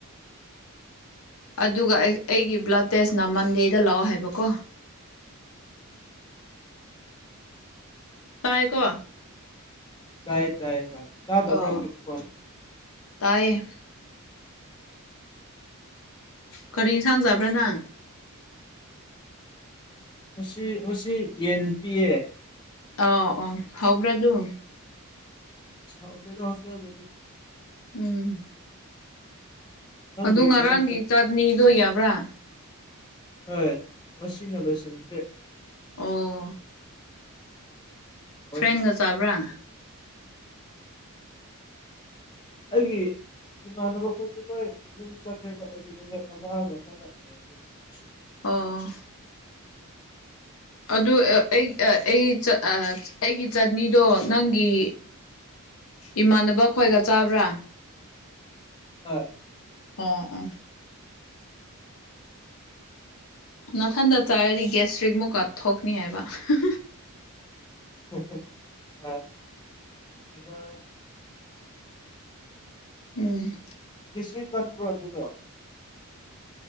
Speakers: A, on the left (about 65°); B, on the left (about 20°).
A: ꯑꯗꯨꯒ ꯑꯩ ꯑꯩꯒꯤ ꯕ꯭ꯂꯗ ꯇꯦꯁꯅ ꯃꯟꯗꯦꯗ ꯂꯥꯛꯑꯣ ꯍꯥꯏꯕꯀꯣ ꯇꯥꯏꯀꯣ
B: ꯇꯥꯏꯌꯦ ꯇꯥꯏꯌꯦ ꯍꯣꯏ ꯇꯥꯗꯕ꯭ꯔ
A: ꯑꯣ
B: ꯑꯩꯒꯤ ꯈꯣꯟ
A: ꯇꯥꯏꯌꯦ ꯀꯔꯤ ꯏꯟꯁꯥꯡ ꯆꯥꯕ꯭ꯔꯥ ꯅꯪ
B: ꯉꯁꯤ ꯉꯁꯤ ꯌꯦꯟ ꯄꯤꯌꯦ
A: ꯑꯧ ꯑꯣ ꯍꯧꯕ꯭ꯔꯥ ꯑꯗꯨ
B: ꯍꯥꯎꯇꯦꯗ ꯍꯣꯁꯇꯦꯜꯒꯤꯗꯤ
A: ꯎꯝ
B: ꯅꯪꯒꯤ
A: ꯑꯗꯨ ꯉꯔꯥꯡꯒꯤ
B: ꯀꯩꯅꯣ
A: ꯆꯠꯅꯤꯗꯣ ꯌꯥꯕ꯭ꯔꯥ
B: ꯍꯣꯏ ꯉꯁꯤꯅ ꯂꯣꯏꯁꯤꯟꯈ꯭ꯔꯦ <inaudible>
A: ꯑꯣ
B: ꯍꯥꯎꯋꯦ
A: ꯐ꯭ꯔꯦꯟꯒ ꯆꯥꯕ꯭ꯔꯥ
B: ꯑꯩꯒꯤ ꯏꯃꯥꯟꯅꯕꯈꯣꯏꯁꯨ ꯅꯣꯏ ꯌꯨꯝ ꯆꯠꯈ꯭ꯔꯦꯕ ꯑꯩꯒꯤ ꯅꯨꯃꯤꯠ ꯑꯃꯒ ꯈꯛꯇ <unintelligible>
A: ꯑꯣ ꯑꯗꯨ ꯑꯩ ꯑꯩꯒꯤ ꯑ ꯑꯩꯒꯤ ꯆꯠꯅꯤꯗꯣ ꯅꯪꯒꯤ ꯏꯃꯥꯟꯅꯕ ꯈꯣꯏꯒ ꯆꯥꯕ꯭ꯔꯥ
B: ꯍꯣꯏ
A: ꯑꯣ ꯑꯣ ꯅꯥꯊꯟꯗ ꯆꯥꯔꯗꯤ ꯒꯦꯁꯇ꯭ꯔꯤꯛ ꯃꯨꯛꯀ ꯊꯣꯛꯀꯅꯤ ꯍꯥꯏꯕ <unintelligible>
B: <inaudible>
A: ꯎꯝ
B: <unintelligible> ꯀꯟꯕ꯭ꯔꯣ ꯑꯗꯨꯗꯣ